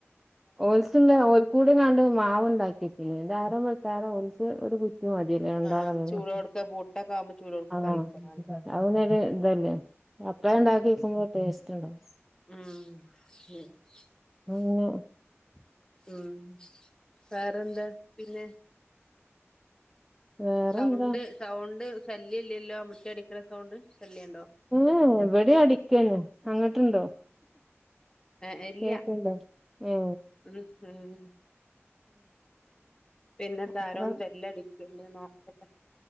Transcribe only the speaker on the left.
ആഹ് ചൂടോട്ക്കെ പുട്ടൊക്കെ ആവുമ്പോ ചൂടോട്ക്കെ
കഴിക്കണല്ലോ
ഉം
ഉം
ഉം വേറെന്താ പിന്നെ
സൗണ്ട് സൗണ്ട് ശല്യം ഇല്ലല്ലോ മുറ്റ അടിക്ണ സൗണ്ട്. ശല്യണ്ടോ
ഏ ഇല്ല
ഉം ഉം പിന്നെന്താ
ആാരോ ഒന്ന് ബെല്ലടിക്ക്ണ്ട് നോക്കട്ടെ.